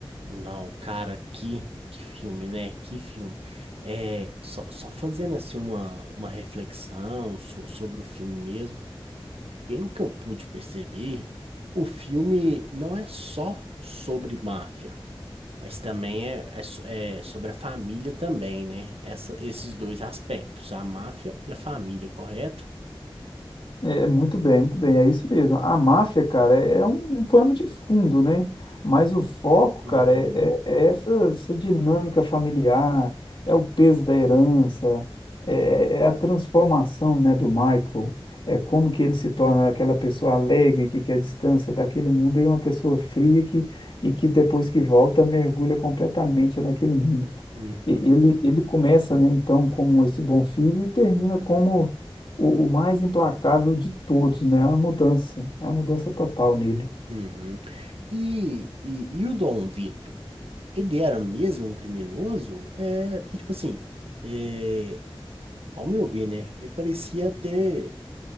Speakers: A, on the right; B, on the left.
A: Não, cara, que, que filme, né? Que filme. É, só, só fazendo assim uma, uma reflexão so- sobre o filme mesmo. Pelo que eu pude perceber, o filme não é só sobre máfia, mas também é, é so- é sobre a família também, né? Essa- esses dois aspectos, a máfia e a família, correto?
B: É, é muito bem, muito bem, é isso mesmo. A máfia, cara, é é um, um pano de fundo, né? Mas o foco,
A: Uhum,
B: cara, é, é- é essa, essa dinâmica familiar, é o peso da herança, é, é é a transformação, né, do Michael, é como que ele se torna aquela pessoa alegre que quer distância daquele mundo e uma pessoa fria que, e que depois que volta mergulha completamente naquele mundo.
A: uhum,
B: E- Ele, ele começa, né, então, como esse bom filho e termina como o, o mais implacável de todos, né? É uma mudança, é uma mudança total nele.
A: uhum. E, e, e o Dom Vito, ele era mesmo um criminoso? É, porque, tipo assim, é, ao meu ver, né? Ele parecia ter